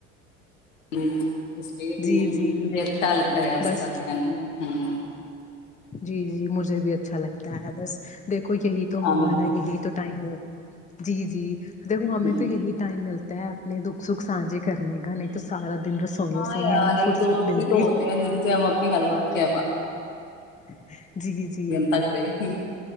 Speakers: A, on the left; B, on the left.
A: ہ اس لیے
B: جی جی
A: مجھے اچھا لگتا ہے آپ
B: بس
A: سے باتیں کرنا ہوں
B: جی جی مجھے بھی اچھا اچھا لگتا ہے بس دیکھو یہی تو
A: ہاں
B: ہمارا یہی تو ٹائم ہو جی جی دیکھو ہمیں
A: ہوں۔
B: تو یہی ٹائم ملتا اپنے دکھ سکھ سانھے کرنے کا تو سارا دن رسوئیوں
A: ہاں
B: سے نہیں
A: یار
B: ہمیں
A: ایک
B: فرصت
A: دوست
B: ملتی
A: ہی تو ہوتے ہیں جن سے ہم اپنی ہر بات کہہ پات
B: اچھا جی جی
A: تک رہے ہوں،